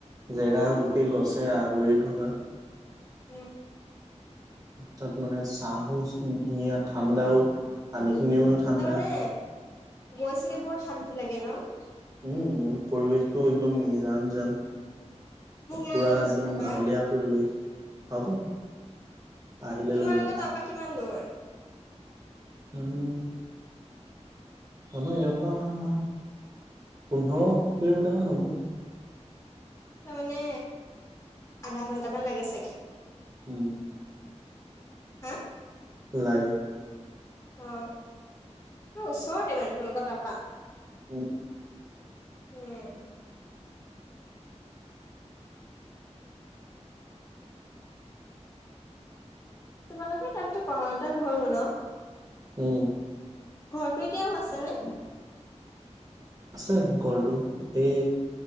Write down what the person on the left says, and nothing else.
উম
তাত মানে গৈ চাগে বৰ শান্তি লাগে ন'?
মোক লৈ
যাবাচোন
এবাৰ
তোমালোকৰ
তাৰপৰা কিমান দূৰ?
তাৰমানে আধা ঘন্টামান লাগে চাগে?
হে?
অ, অ ওচৰতে মানে তোমালোকৰ তাৰপৰা?
উম। তোমালোকৰ তাতটো কনকলটা ঘৰও ন'?
ঘৰটো এতিয়াও আছে নে?